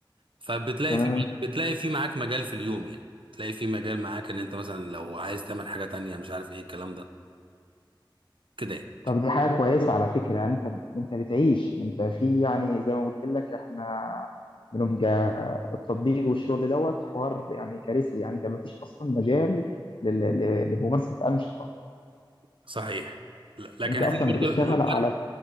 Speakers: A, on the right; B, on the left.
A: فبتلاقي
B: تمام
A: في بتلاقي في معاك مجال في اليوم يعني بتلاقي في مجال معاك ان انت مثلا لو عايز تعمل حاجه تانية مش عارف ايه الكلام ده كده يعني
B: طب دي حاجة كويسة على فكرة يعني انت انت بتعيش انت في يعني زي ما قلت لك احنا بنبقى التطبيق والشغل دوت حوار يعني كارثي يعني انت مفيش اصلا مجال لل- ل- لممارسة انشطة
A: صحيح ل- لكن
B: انت
A: احنا
B: اصلا
A: برضو
B: بتشتغل
A: الفرق
B: على